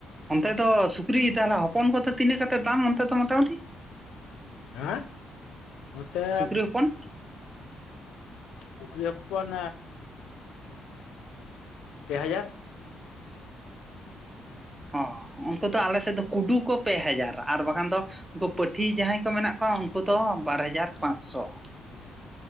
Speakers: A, on the right (about 15°); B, on the left (about 85°).
A: ᱚᱱᱛᱮ ᱫᱚ ᱥᱩᱠᱨᱤ ᱛᱟᱦᱚᱞᱮ ᱦᱚᱯᱚᱱ ᱠᱚᱫᱚ ᱛᱤᱱᱟᱹᱜ ᱠᱟᱛᱮᱫ ᱫᱟᱢ ᱚᱱᱛᱮ ᱫᱚ ᱢᱳᱴᱟᱢᱩᱴᱤ?
B: ᱦᱮᱸ ᱱᱚᱛᱮᱻ
A: ᱥᱩᱠᱨᱤ ᱦᱚᱯᱚᱱ
B: ᱥᱩᱠᱨᱤ ᱦᱚᱯᱚᱱᱻ ᱯᱮ ᱦᱟᱡᱟᱨ ᱾
A: ᱚᱻ ᱩᱱᱠᱩ ᱫᱚ ᱟᱞᱮ ᱥᱮᱫ ᱫᱚ ᱠᱩᱰᱩ ᱠᱚ ᱯᱮ ᱦᱟᱡᱟᱨ ᱟᱨ ᱵᱟᱠᱷᱟᱱ ᱫᱚ ᱩᱱᱠᱩ ᱯᱟᱹᱴᱷᱤ ᱡᱟᱦᱟᱸᱭ ᱠᱚ ᱢᱮᱱᱟᱜ ᱠᱚᱣᱟ ᱩᱱᱠᱩ ᱫᱚ ᱵᱟᱨ ᱦᱟᱡᱟᱨ ᱯᱟᱸᱪᱥᱚ ᱾